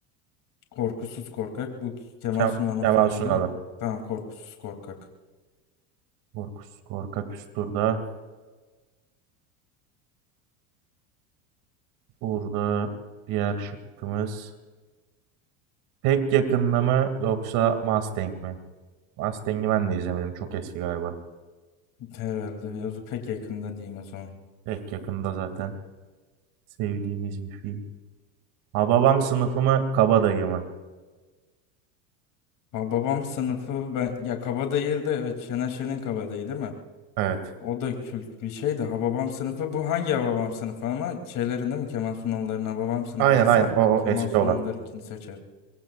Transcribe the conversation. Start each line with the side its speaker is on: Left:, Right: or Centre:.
Left: Korkusuz Korkak. Bu Kemal
Right: Kem
Left: Sunal'ın
Right: Kemal
Left: filmi
Right: Sunal'ı.
Left: değil mi? Tamam Korkusuz Korkak.
Right: Korkusuz Korkak üst turda. Burada diğer şıkkımız. Pek yakında mı yoksa Mustang mi? Mustang'i ben de izlemedim. Çok eski galiba.
Left: Herhalde. Yazı pek yakında diyeyim o zaman.
Right: Pek yakında zaten sevdiğimiz bir film. Hababam sınıfı mı Kabadayı mı?
Left: Ha, babam sınıfı ben ya Kabadayı da evet Şener Şen'in Kabadayı değil mi?
Right: Evet.
Left: O da kült bir şey de Hababam sınıfı bu hangi Hababam sınıfı ama şeylerinde mi Kemal Sunal'ların Hababam sınıfı
Right: Aynen
Left: ise
Right: aynen o, o
Left: Kemal
Right: eski
Left: Sunal'larınkini
Right: olan.
Left: seçerim.